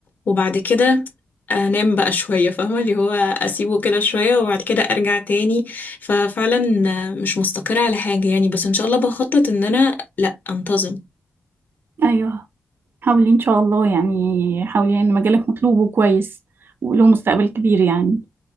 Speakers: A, on the left; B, on the right.
A: وبعد كده انام بقى شويه فاهمه اللي هو اسيبه كده شويه وبعد كده ارجع تاني ففعلا آه، مش مستقره على حاجه يعني بس ان شاء الله بخطط ان انا لا انتظم
B: ايوه حاولي ان شاء الله يعني حاولي ان مجالك مطلوب وكويس وله مستقبل كبير يعني